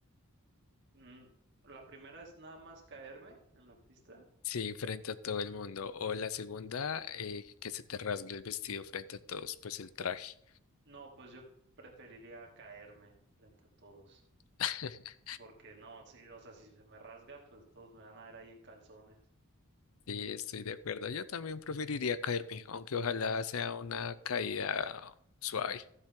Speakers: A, on the right (about 50°); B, on the left (about 70°).
A: Mm, la primera es nada más caerme en la pista.
B: Sí, frente a todo el mundo. O la segunda, eh, que se te rasgue el vestido frente a todos, pues el traje.
A: No, pues yo preferiría caerme frente a todos,
B: <laughs>
A: porque no, sí, o sea, si se me rasga, pues todos me van a ver ahí en calzones.
B: Sí, estoy de acuerdo. Yo también preferiría caerme, aunque ojalá sea una caída suave.